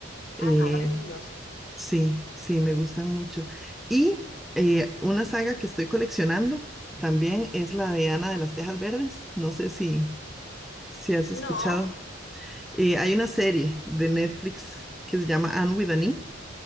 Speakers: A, in the centre; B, on the left (about 60°).
A: Eh,
B: Ah, re lindos.
A: sí, sí, me gustan mucho. Y eh, una saga que estoy coleccionando también es la de Ana de las Tejas Verdes. No sé si, si has escuchado.
B: No.
A: Eh, hay una serie de Netflix que se llama Anne with an E,